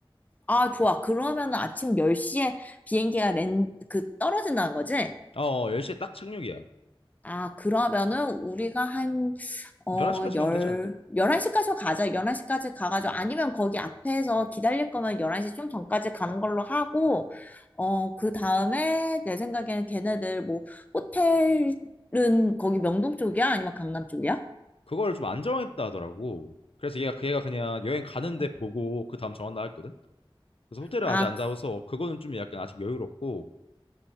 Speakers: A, on the left; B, on the left.
A: 아, 좋아. 그러면은 아침 10시에 비행기가 랜, 그, 떨어진다는 거지?
B: 아, 어, 10시에 딱 착륙이야.
A: 아, 그러면은 우리가 한, 어,
B: 11시까지
A: 열,
B: 가면 되지 않을까?
A: 11시까지 가자. 11시까지 가가지고,
B: 음.
A: 아니면 거기 앞에서 기다릴 거면 11시 좀 전까지 가는 걸로 하고, 어, 그 다음에 내 생각에는 걔네들 뭐, 호텔은 거기 명동 쪽이야? 아니면 강남 쪽이야?
B: 그걸 좀 안 정했다 하더라고. 그래서 얘가, 걔가 그냥 여행 가는데
A: 어.
B: 보고 그 다음 정한다 했거든? 그래서 호텔을
A: 아,
B: 아직 안
A: 그,
B: 잡아서 그거는 좀 약간 아직 여유롭고,